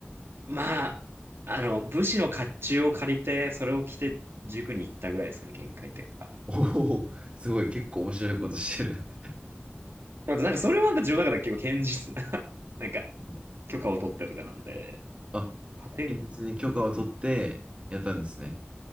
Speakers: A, on the right; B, on the right.
A: まあ、あの、武士の甲冑を借りて、それを着て塾に行ったぐらいですかね、限界というか。
B: <laughs> おお、すごい、結構面白いことしてる。
A: なんかそれはなんか自分の中では結構堅実な <laughs> なんか
B: うん
A: 許可を取ってとかなんで、
B: あ、
A: 破天荒
B: 現実に許可を取ってやったんですね。